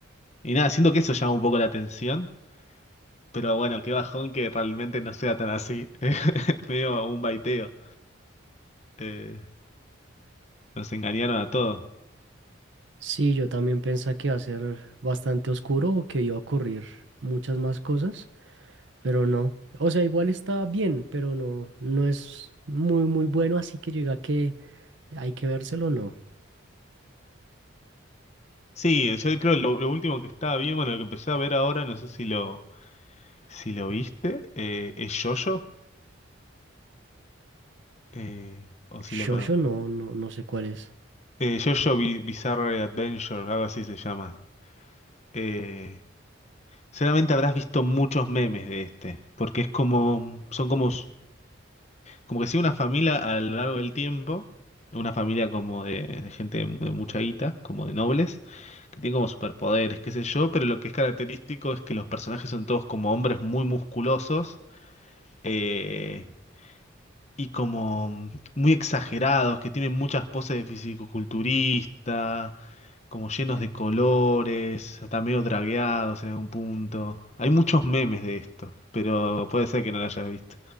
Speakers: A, on the left; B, on the right.
A: y nada, siento que eso llama un poco la atención. Pero bueno, qué bajón que realmente no sea tan así. <laughs> Es medio un baiteo. Eh, nos engañaron a todos.
B: Sí, yo también pensé que iba a ser bastante oscuro o que iba a ocurrir muchas más cosas, pero no. O sea, igual está bien, pero no, no es muy, muy bueno, así que llega que hay que vérselo, no.
A: Sí, yo creo lo, lo último que estaba bien, bueno, lo que empecé a ver ahora, no sé si lo, si lo viste, eh, es Jojo, eh, o si
B: Shosho
A: lo conoces.
B: no, no, no sé cuál es.
A: Eh, JoJo Bi- Bizarre Adventure, algo así se llama. Eh, seguramente habrás visto muchos memes de este, porque es como, son como, s- como que sigue una familia a lo largo del tiempo, una familia como de, de gente de, de mucha guita, como de nobles, que tiene como superpoderes, qué sé yo, pero lo que es característico es que los personajes son todos como hombres muy musculosos, eh, y como mm, muy exagerados, que tienen muchas poses de fisicoculturista, como llenos de colores, hasta medio dragueados en algún punto. Hay muchos memes de esto, pero puede ser que no lo hayas visto.